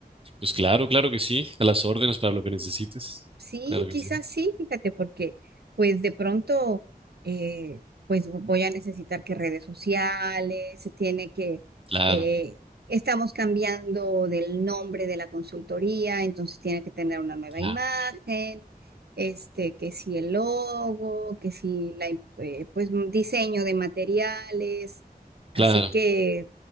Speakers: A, on the right (about 35°); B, on the right (about 80°).
A: Pues claro, claro que sí. A las órdenes para lo que necesites.
B: Sí,
A: Claro que
B: quizás
A: sí.
B: sí, fíjate, porque pues de pronto eh, pues voy a necesitar que redes sociales, se tiene que,
A: Claro,
B: eh, estamos cambiando del nombre de la consultoría, entonces tiene que tener una nueva
A: claro,
B: imagen, este, que si el logo, que si la, im- eh, pues un diseño de materiales, así
A: claro.
B: que